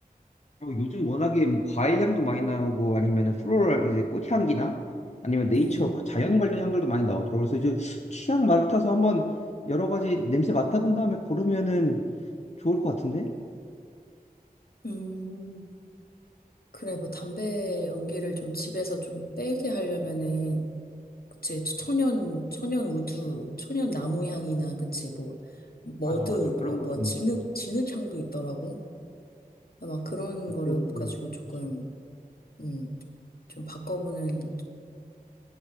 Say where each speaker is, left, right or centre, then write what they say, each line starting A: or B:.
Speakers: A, on the left; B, on the left.
A: 그리고 요즘 워낙에 뭐 과일 향도 많이 나오고 아니면은 플로럴 이제 꽃향기나 아니면 네이처
B: 음,
A: 그 자연 관련 향들도 많이 나오더라고. 그래서 이제 취향 맡아서 한번 여러 가지 냄새 맡아본 다음에 고르면은 좋을 것 같은데?
B: 음. 그래, 뭐 담배 연기를 좀 집에서 좀 빼게 하려면은, 그치, 천연, 천연 우두, 천연 나무 향이나, 그치, 뭐, 머드,
A: 맞아, 맞아. 그런
B: 뭐야,
A: 거
B: 뭐야,
A: 좀,
B: 진흙,
A: 맞아.
B: 진흙 향도 있더라고. 막 그런
A: 네,
B: 거를
A: 그런 걸로,
B: 가지고 조금,
A: 그치.
B: 음, 좀 바꿔보는,